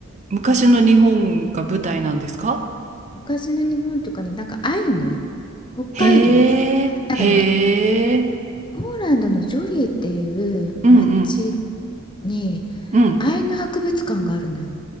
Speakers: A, on the right (about 35°); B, on the left (about 20°).
A: 昔の日本が舞台なんですか
B: 昔の日本とかね、なんかアイヌ、北海道、
A: へえ、
B: なんかね、
A: へえ、
B: ポーランドのジョリーっていう町
A: うんうん
B: に
A: うん。
B: 愛の博物館があるのよ。